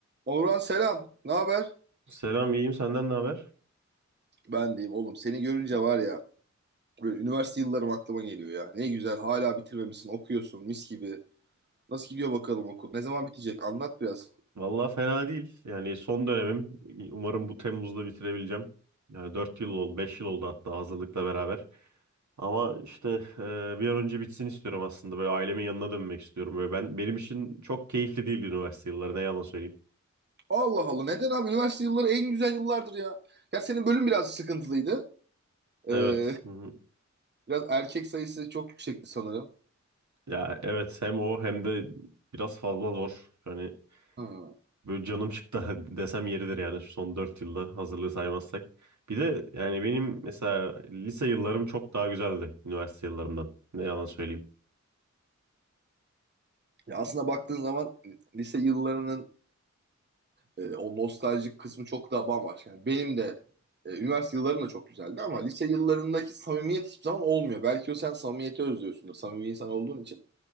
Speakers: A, on the right; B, on the right.
A: Orhan selam. Ne haber?
B: Selam, iyiyim. Senden ne haber?
A: Ben deyim oğlum. Seni görünce var ya böyle üniversite yıllarım aklıma geliyor ya. Ne güzel hala bitirmemişsin okuyorsun mis gibi. Nasıl gidiyor bakalım okul? Ne zaman bitecek? Anlat biraz.
B: Vallahi fena değil. Yani son dönemim. Umarım bu Temmuz'da bitirebileceğim. Yani 4 yıl oldu, 5 yıl oldu hatta hazırlıkla beraber. Ama işte e, bir an önce bitsin istiyorum aslında. Böyle ailemin yanına dönmek istiyorum. Böyle ben benim için çok keyifli değildi üniversite yılları. Ne yalan söyleyeyim.
A: Allah Allah neden abi? Üniversite yılları en güzel yıllardır ya. Ya senin bölüm biraz sıkıntılıydı.
B: Evet.
A: Ee,
B: Hı hı.
A: biraz erkek sayısı çok yüksekti sanırım.
B: Ya evet hem o hem de biraz fazla zor. Hani
A: Ha.
B: Böyle canım çıktı <laughs> desem yeridir yani şu son 4 yılda hazırlığı saymazsak. Bir de yani benim mesela lise yıllarım çok daha güzeldi üniversite yıllarımdan. Ne yalan söyleyeyim.
A: Ya aslında baktığın zaman e, lise yıllarının E, o nostaljik kısmı çok daha bambaşka. Yani benim de e, üniversite yıllarım da çok güzeldi ama lise yıllarındaki samimiyet hiçbir zaman olmuyor. Belki o sen samimiyeti özlüyorsundur. Samimi insan olduğun için.